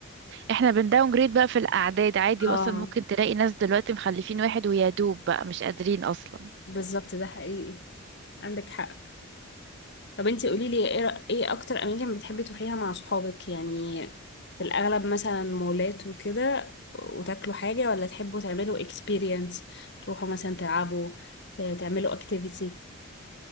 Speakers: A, on the right; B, on the left.
A: احنا بنداون جريد بقى في الاعداد عادي
B: اه
A: واصلا ممكن تلاقي ناس دلوقتي مخلفين واحد ويا دوب بقى مش قادرين اصلا
B: بالظبط ده حقيقي عندك حق طب انتي قولي لي ايه رأ- ايه اكتر اماكن بتحبي تروحيها مع صحابك يعني في الاغلب مثلا مولات وكده وتاكلوا حاجة ولا تحبوا تعملوا اكسبيرينس تروحوا مثلا تلعبوا ت- تعملوا اكتيفيتي